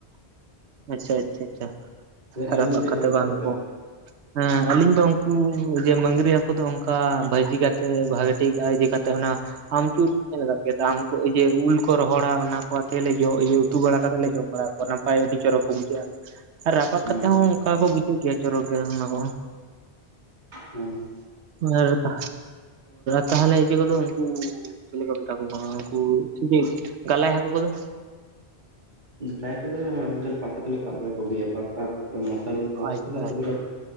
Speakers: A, on the right (about 85°); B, on the right (about 45°).
A: ᱟᱪᱪᱷᱟ ᱟᱪᱪᱷᱟ ᱟᱪᱪᱷᱟ
B: ᱟᱵᱤᱱ
A: ᱨᱟᱯᱟᱜ
B: ᱫᱚ ᱪᱮᱫ
A: ᱠᱟᱛᱮ
B: ᱵᱤᱱ ᱠᱩᱥᱤᱭᱟᱜ
A: ᱵᱟᱝ
B: ᱛᱮ
A: ᱦᱮᱸ ᱟᱞᱤᱧ ᱫᱚ ᱩᱝᱠᱩ ᱡᱮ ᱢᱝᱨᱤ ᱦᱟᱹᱠᱩ ᱫᱚ ᱚᱝᱠᱟ ᱵᱷᱟᱹᱡᱤ ᱠᱟᱛᱮ ᱵᱷᱟᱜᱤ ᱴᱷᱤᱠ ᱟᱭᱡᱤ ᱠᱟ ᱚᱱᱟ ᱟᱢᱪᱩᱨ ᱠᱚ ᱧᱮᱞ ᱠᱟᱜ ᱠᱮᱭᱟ ᱛᱚ ᱩᱞ ᱠᱚ ᱨᱚᱦᱚᱲᱟ ᱚᱱᱟ ᱮᱱᱟ ᱛᱮᱜᱮᱞᱮ ᱡᱚ ᱤᱭᱟᱹ ᱩᱛᱩ ᱵᱟᱲᱟ ᱠᱟᱛᱮᱜ ᱞᱮ ᱡᱚᱢ ᱵᱟᱲᱟ ᱠᱟᱜ ᱠᱚᱣᱟ, ᱱᱟᱯᱟᱭ ᱟᱹᱰᱤ ᱪᱚᱨᱚᱠ ᱠᱚ ᱵᱩᱡᱷᱟᱹᱜᱼᱟ᱾ ᱨᱟᱯᱟᱜ
B: ᱦᱩᱸ
A: ᱠᱟᱛᱮ ᱦᱚᱸ ᱚᱝᱠᱟ ᱠᱚ ᱵᱩᱡᱷᱟᱹᱜ ᱜᱮᱭᱟ ᱪᱚᱨᱚᱠ ᱜᱮ ᱚᱱᱟ ᱠᱚᱦᱚᱸ᱾
B: ᱦᱩᱸ
A: ᱢᱟᱨᱮᱛᱟ, ᱛᱟᱦᱚᱼᱞᱮ ᱤᱡᱮ ᱠᱚ ᱫᱚ ᱩᱱᱠᱩ ᱪᱮᱫ ᱞᱮᱠᱟ ᱢᱮᱛᱟ ᱠᱚ ᱠᱟᱱᱟ ᱩᱱ ᱠᱩ ᱵᱤᱥ ᱠᱟᱞᱟᱭ ᱦᱟᱠᱩ ᱠᱚᱫᱚ
B: ᱡᱷᱟᱞᱟᱭ ᱠᱚᱫᱚ ᱟᱞᱮ ᱫᱚ ᱯᱟᱴᱟ ᱛᱮᱞᱮ ᱥᱟᱵ ᱵᱟᱲᱟ ᱠᱚ ᱜᱮᱭᱟ ᱯᱟᱴᱟ ᱢᱚᱥᱟᱨᱤ ᱩᱱᱠᱩ
A: ᱟᱪᱪᱷᱟ
B: ᱫᱚ ᱦᱟᱠᱩ
A: ᱟᱪᱪᱷᱟ
B: ᱫᱚ ᱞᱮ